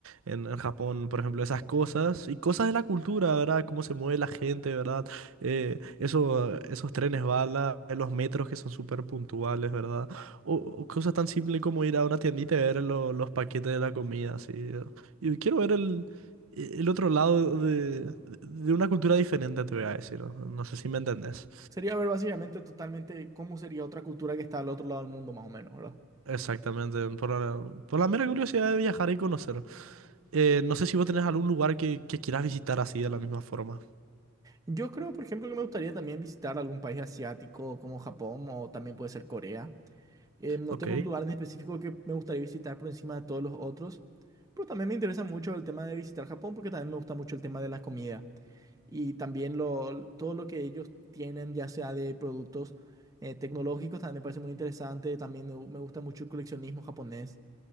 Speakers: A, on the right; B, on the right.
A: En, en Japón, por ejemplo, esas cosas y cosas de la cultura, ¿verdad? Cómo se mueve la gente, ¿verdad? Eh, eso- esos trenes bala, los metros que son súper puntuales, ¿verdad? O, o cosas tan simples como ir a una tiendita y ver lo- los paquetes de la comida, así. eh. Y quiero ver el, e-, el otro lado de, de una cultura diferente, te voy a decir. No, No sé si me entendés.
B: Sería ver básicamente totalmente cómo sería otra cultura que está al otro lado del mundo, más o menos, ¿verdad?
A: Exactamente, por la, por la mera curiosidad de viajar y conocer. Eh, no sé si vos tenés algún lugar que, que quieras visitar así de la misma forma.
B: Yo creo, por ejemplo, que me gustaría también visitar algún país asiático como Japón o también puede ser Corea. Eh, no
A: Ok,
B: tengo un lugar en específico que me gustaría visitar por encima de todos los otros, pero también me interesa mucho el tema de visitar Japón porque también me gusta mucho el tema de la comida y también lo, todo lo que ellos tienen, ya sea de productos eh, tecnológicos, también me parece muy interesante. También me me gusta mucho el coleccionismo japonés.